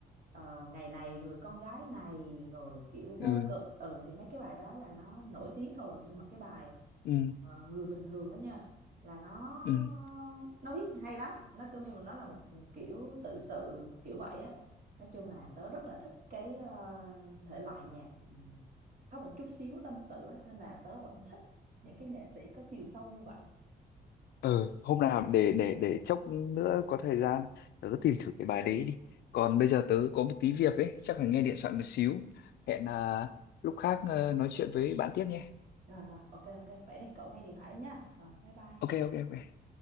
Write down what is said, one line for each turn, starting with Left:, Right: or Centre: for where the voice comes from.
Right: ờ, ngày này người con gái này rồi kiểu vô
Left: ừ
Right: cực ừ thì mấy cái bài đó là nó nổi tiếng rồi nhưng mà cái bài
Left: ừ
Right: ờ, người bình thường đó nha là nó
Left: ừ
Right: nó viết hay lắm nó cứ như mà nó là một ừ, kiểu tự sự kiểu vậy á nói chung là tớ rất là thích cái ờ, thể loại nhạc có một chút xíu tâm sự á nên là tớ vẫn thích những cái nghệ sĩ có chiều sâu như vậy
Left: ờ hôm nào để để để chốc nữa có thời gian tớ tìm thử cái bài đấy đi. Còn bây giờ tớ có một tí việc ấy, chắc phải nghe điện thoại một xíu. Hẹn à, lúc khác ờ, nói chuyện với bạn tiếp nhé.
Right: Rồi rồi, ok ok. Vậy đi, cậu nghe điện thoại đi nha. Rồi, bye bye.
Left: Ok ok ok.